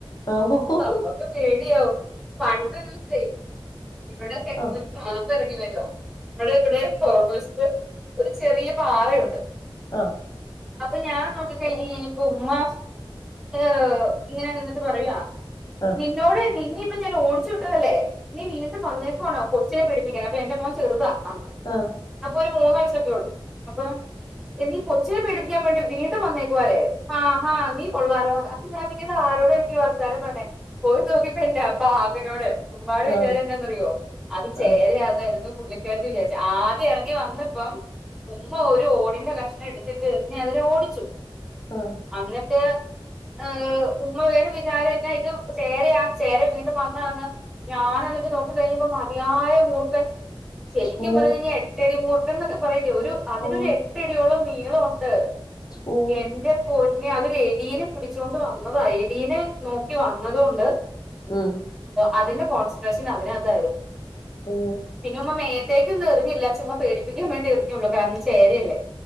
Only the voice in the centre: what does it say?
നമ്മക്ക്
പേടിയാവും പണ്ടോരു തെ ഇവിടെ
ഒരു പാമ്പ് എറങ്ങി വേ <unintelligible> അവിടെ ഇവിടെ പുറകു വശത്ത് ഒരു ചെറിയ പാറയുണ്ട്
അപ്പ ഞാൻ നോക്കി കഴിഞ്ഞ് കഴിഞ്ഞപ്പോ ഉമ്മാ ഏഹ് ഇങ്ങനെ ഇരുന്നിട്ട് പറയുവാ
നിന്നോട് നിന്റെ അപ്പ ഞാൻ ഓടിച്ച് വിട്ടതല്ലേ നീ വീണ്ടും വന്നേക്കുവാണോ കൊച്ചിനെ പേടിപ്പിക്കാൻ അപ്പ എന്റെ മോൻ ചെറ്താ അന്ന്
അപ്പൊരു മൂന്ന് വയസൊക്കെണ്ട് അപ്പൊ നീ കൊച്ചിനെ പേടിപ്പിക്കാൻ വേണ്ടി വീണ്ടും വന്നേക്കുവാല്ലേ ആഹാ നീ കൊള്ളാലോ അപ്പൊ ഞാനിങ്ങനെ ആലോ ആരോടായിരിക്കും ഈ വർത്താനം പറയ്ണേ പോയി നോക്കിയപ്പോണ്ട് ആ പാമ്പിനോട് ഉമ്മാടെ
വിചാരം എന്താന്നറിയോ അത് ചേരയാന്നായി
പുള്ളിക്കാരത്തി വിചാരിച്ച് ആദ്യം എറങ്ങി വന്നപ്പം ഉമ്മ ഒരു ഓടിന്റെ ക എടുത്തിട്ട് എറിഞ്ഞു അതിനെ ഓടിച്ചു
അന്നിട്ട്‌ ആഹ് ഉമ്മായ്‌ ഇത് എന്നാ ചേരയാ ചേര വീണ്ടും വന്നതെന്ന്. ഞാൻ എന്നിട്ട് നോക്കിയപോത്തിനും മതിയായ മൂർഖൻ ശെരിക്കും
പർഞ്ഞ് കഴിഞ്ഞാൽ എട്ടടിമൂർക്കൻ എന്നൊക്കെ പറയില്ലേ ഒരു അതിനൊരു
എട്ടടിയോളം നീളം ഉ ണ്ട്
എന്റെ പൊന്നെ അതൊരു എലിനെ പിടിച്ചോണ്ട് വന്നതാ എലീനെ നോക്കി വന്നതൊണ്ട്
അതിന്റെ കോൺസെൻട്രേഷൻ അതിനത്തയിരുന്നു
പിന്നൊന്നും മേ <unintelligible> എറിഞ്ഞില്ല ചുമ്മ പേടിപ്പിക്കാൻവേണ്ടി എറിഞ്ഞുള്ളൂ കാരണം ചേരയല്ലേ